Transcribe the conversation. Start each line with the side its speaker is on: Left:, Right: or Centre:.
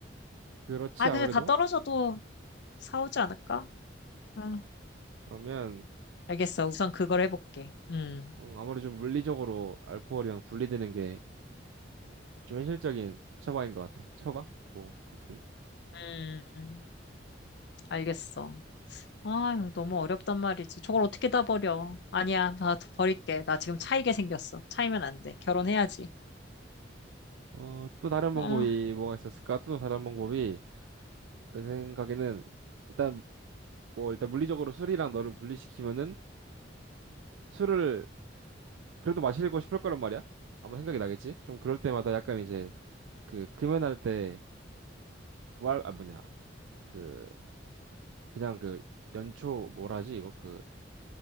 Right: 그렇지
Left: 아,
Right: 아무래도
Left: 근데 다 떨어져도 사오지 않을까? 아,
Right: 그러면
Left: 알겠어. 우선 그걸 해볼게. 음,
Right: 음, 아무리 좀 물리적으로 알코올이랑 분리되는 게 좀 현실적인 처방인 것 같아. 처방? 뭐, 아무튼.
Left: 음, 알겠어. 아유, 너무 어렵단 말이지. 저걸 어떻게 다 버려? 아니야, 나 버릴게. 나 지금 차이게 생겼어. 차이면 안 돼. 결혼해야지.
Right: 어, 또 다른
Left: 아,
Right: 방법이 뭐가 있었을까? 또 다른 방법이, 내 생각에는, 일단, 뭐, 일단 물리적으로 술이랑 너를 분리시키면은 술을 그래도 마시고 싶을 거란 말이야? 아마 생각이 나겠지? 좀 그럴 때마다 약간 이제, 그, 금연할 때, 무알, 아, 뭐냐, 그, 그냥 그, 연초, 뭐라 하지, 이거, 그,